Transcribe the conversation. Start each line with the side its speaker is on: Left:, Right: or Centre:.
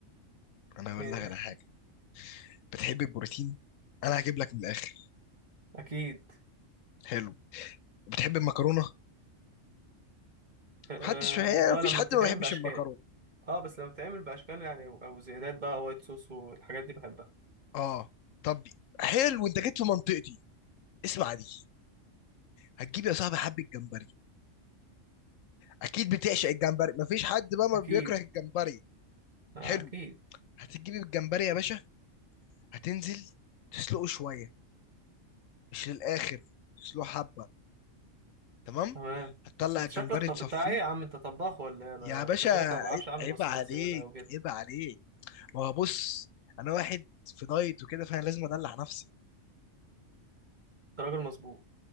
Left: انا هقول
Right: إيه.
Left: لك على حاجه بتحب البروتين انا هجيب لك من الاخر
Right: اكيد
Left: حلو بتحب المكرونه
Right: آه،
Left: محدش هي
Right: اللي هو
Left: مفيش
Right: لما
Left: حد
Right: بتتعمل
Left: ما بيحبش
Right: باشكال
Left: المكرونه
Right: اه بس لما بتتعمل باشكال يعني او زيادات بقى وايت صوص والحاجات دي بحبها
Left: اه طب حلو انت جيت في منطقتي اسمع دي هتجيب يا صاحبي حبه جمبري اكيد بتعشق الجمبري مفيش حد بقى ما
Right: اكيد
Left: بيكره الجمبري
Right: آه،
Left: حلو
Right: اكيد
Left: هتجيب الجمبري يا باشا هتنزل تسلقه شوية مش للآخر تسلقه حبة تمام
Right: تمام
Left: هتطلع
Right: انت
Left: الجمبري
Right: شكلك طب
Left: تصفيه
Right: بتاع ايه يا عم انت طباخ ولا إيه؟ انا
Left: يا باشا
Right: خلي بالك
Left: عي-
Right: انا ما بعرفش اعمل
Left: عيب
Right: وصفات
Left: عليك
Right: زياده وكده
Left: عيب عليك ما هو بص أنا واحد في دايت وكده فأنا لازم أدلع نفسي
Right: انت راجل مظبوط